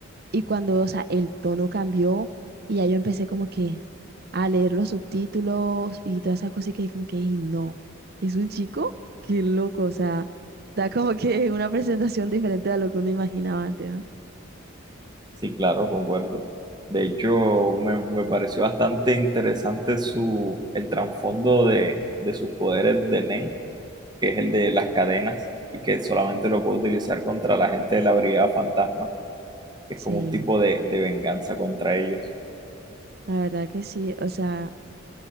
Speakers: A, on the right; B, on the right.
A: Y cuando, o sea, el tono cambió y ya yo empecé como que a leer los subtítulos y todas esas cosas y que como que, y no, es un chico, qué loco, o sea, da como que <laughs> una presentación diferente a lo que uno imaginaba antes, ¿no?
B: Sí, claro, concuerdo. De hecho, me, me pareció bastante interesante su, el trasfondo de, de sus poderes de Nen, que es el de las cadenas, y que solamente lo puede utilizar contra la gente de la Brigada Fantasma, que
A: Sí,
B: es como un tipo de, de venganza contra ellos.
A: la verdad que sí, o sea,